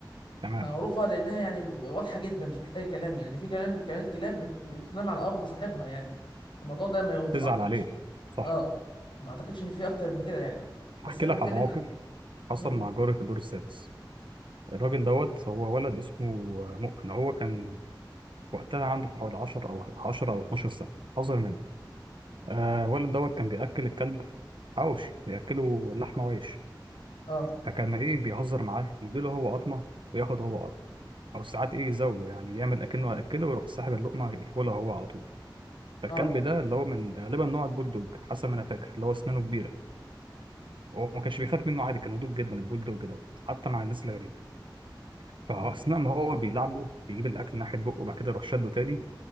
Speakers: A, on the right (about 85°); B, on the left (about 75°).
A: تمام
B: معروفة لأنها يعني ب- واضحة جدا مش محتاجة كلام يعني في كلام كمان كلاب بت- بتنام على قبر صاحبها يعني الموضوع ده ما
A: تزعل
B: ما أعتقدش
A: عليه صح
B: اه ما أعتقدش إن في أكتر من كده يعني بس
A: احكي
B: أنا
A: لك
B: بتكلم
A: على موقف
B: عن ال-
A: حصل
B: مم.
A: مع جاري في الدور السادس الراجل دوت هو ولد اسمه مؤمن هو كان وقتها عنده حوالي 10 او 10 او 12 سنه اصغر مني آه الولد دوت كان بياكل الكلب حواوشي بياكله لحمه وعيش
B: اه
A: فكان ايه بيهزر معاه يديله هو قطمه وياخد هو قطمه او ساعات ايه يزاوله يعني يعمل اكنه هياكله ويروح ساحب اللقمه ياكلها هو على طول فالكلب
B: اه
A: ده اللي هو من ده غالبا نوع البولدوج حسب ما انا فاكر اللي هو اسنانه كبيره هو ما كانش بيخاف منه عادي كان هدوء جدا البولدوج دوت حتى مع الناس الغريبه فاثناء
B: مم.
A: ما هو بيلعبه يجيب الاكل ناحيه بقه وبعد كده يروح شده تاني